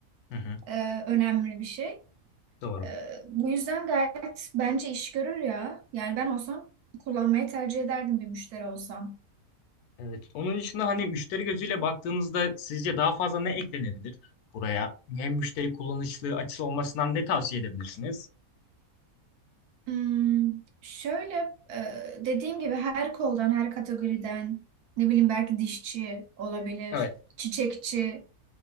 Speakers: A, on the left (about 85°); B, on the right (about 80°).
A: Hı hı.
B: e, önemli bir şey.
A: Doğru.
B: Ee, bu yüzden gayet bence iş görür ya. Yani ben olsam kullanmayı tercih ederdim bir müşteri olsam.
A: Evet. Onun dışında hani müşteri gözüyle baktığınızda sizce daha fazla ne eklenebilir buraya? Hem müşteri kullanışlı açısı olmasından ne tavsiye edebilirsiniz?
B: Hmm, şöyle e, dediğim gibi her koldan, her kategoriden ne bileyim belki dişçi olabilir,
A: Evet.
B: çiçekçi